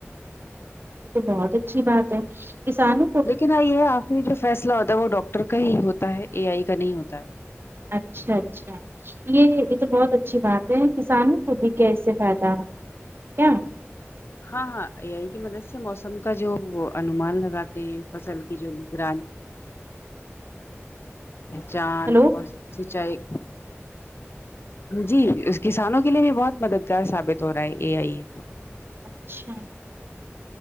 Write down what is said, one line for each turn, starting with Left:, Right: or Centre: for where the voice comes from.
Right: تو بہت اچھی بات ہے کسان
Left: لیکن ہاں یہ آخری جو فیصلہ ہوتا ہے وہ ڈاکٹر کا ہی ہوتا ہے اے آئی کا نہیں ہوتا ہے
Right: اچھا اچھا یہ یہ تو بہت اچھی بات ہے کسانوں کو بھی کیااس سے فائدہ ہوتا ہے کیا
Left: ہاں ہاں اے آئی کی مدد سے موسم کا جو انومان لگاتے ہیں فصل کی جو نگرانی پہچان
Right: ہلو
Left: اور
Right: جی
Left: سچائی جی اس کسانوں کے لیے بھی بہت مددگار ثابت ہو رہا ہے اے آئی
Right: اچھا